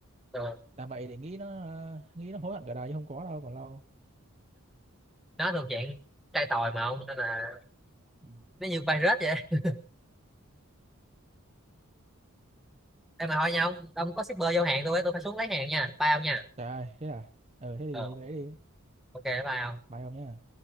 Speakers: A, in the centre; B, on the right (about 30°).
A: thường
B: làm vậy để nghĩ nó ờ, nghĩ nó hối hận cả đời chứ không có đâu còn lâu
A: nó thuộc dạng trai tòi mà ông nên là
B: Ừ.
A: nó như virus vậy em mà thôi nha ông ông có shipper vô hàng tôi á, tôi phải xuống lấy hàng nha bye ông nha
B: trời ơi thế à ừ thế thì
A: ừ,
B: lấy đi
A: ok bye ông
B: bye ông nhá